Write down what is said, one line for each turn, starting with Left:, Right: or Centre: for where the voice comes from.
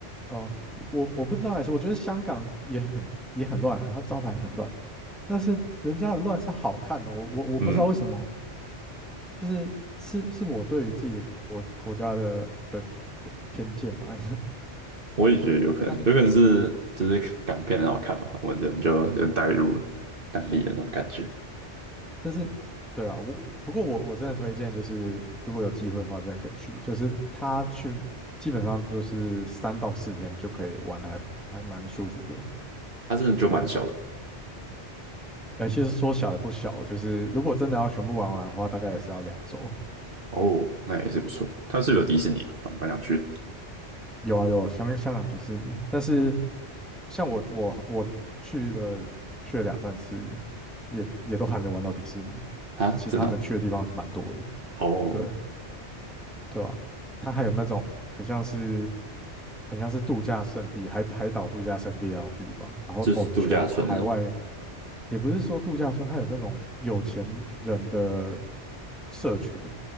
Centre: 哦，我我不知道还是我觉得香港也很也很乱啊它招牌也很乱，但是人家的乱是好看的，我我我不知道为什么，
Right: 嗯，
Centre: 就是是是我对于自己的国国家的的的偏见嘛，
Right: 我也觉得有可能，
Centre: <laughs> 像
Right: 有可能是就是港片很好看嘛，我们人就人带入了当地的那种感觉。
Centre: 但是对啦，我我不过我我真的推荐就是如果有机会的话，真的可以去，就是他去基本上就是三到四天就可以玩的还还蛮舒服的，
Right: 它真的就蛮小的
Centre: 对啊哎、其实说小也不小，就是如果真的要全部玩完的话，大概也是要两周。
Right: 哦，那也是不错。它是不是有迪士尼啊，蛮想去的
Centre: 有啊有，香香港迪士尼，但是像我我我去了去了两三次，也也都还没玩到迪士尼，
Right: 啊，
Centre: 就是其他能去的地方蛮多的，
Right: 真的哦。好
Centre: 对对吧、它还有那种很像是很像是度假胜地，海海岛度假胜地那种地方，然后哦，
Right: 就是度假村那种，
Centre: 全海外也不是说度假村，它有那种有钱人的社区，